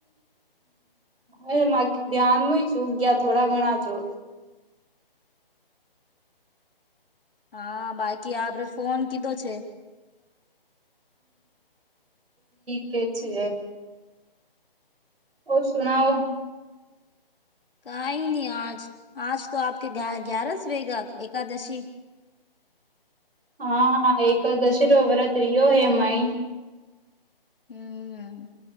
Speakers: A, on the right; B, on the left.
A: હ ધ્યાનમાં છું ગયા થોડા ઘણા છો
B: હા બાકી આપરે ફોન કીધો છે
A: કે છે ઓ સૂનાવો
B: કઈ ની આજ આજ તો આપકે ગ્યારસ વેગા એકાદશી
A: હા એક દશેરો વરત રિયો હે માઈ
B: હમ